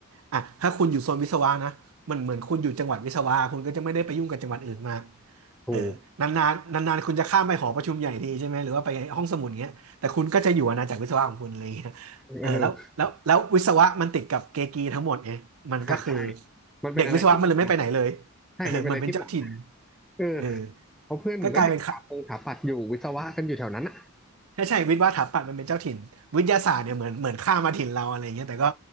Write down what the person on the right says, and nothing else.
อ่ะถ้าคุณอยู่โซนวิศวะนะมันเหมือนคุณอยู่จังหวัดวิศวะคุณก็จะไม่ได้ไปยุ่งกับจังหวัดอื่นมา
เออนานๆนานๆคุณจะข้ามไปหอประชุมใหญ่ทีใช่ไหมหรือว่าไปห้องสมุดเงี้ยแต่คุณก็จะอยู่อาณาจักรวิศวะของคุณเลย
เออแล้วแล้วแล้ววิศวะมันติดกับเกกีทั้งหมดไงมันก็คือ
เด็กวิศวะมันเลยไม่ไปไหนเลย
เออมันเป็นเจ้าถิ่น
เออ
ก็กลายเป็นค่ะใช่ใช่วิศวะสถาปัตย์มันเป็นเจ้าถิ่นวิทยาศาสตร์เนี่ยเหมือนเหมือนข้ามมาถิ่นเราอะไรอย่างเงี้ยแต่ก็